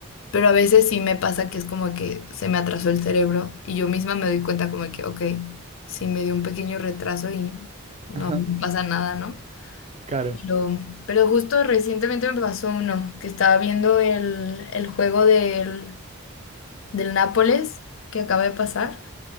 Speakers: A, on the left; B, on the right.
A: pero a veces sí me pasa que es como que se me atrasó el cerebro y yo misma me doy cuenta como que, ok, sí me dio un pequeño retraso y no,
B: <laughs> Ajá,
A: no pasa nada, ¿no?
B: Claro.
A: Pero, pero justo recientemente me pasó uno, que estaba viendo el, el juego del, del Nápoles que acaba de pasar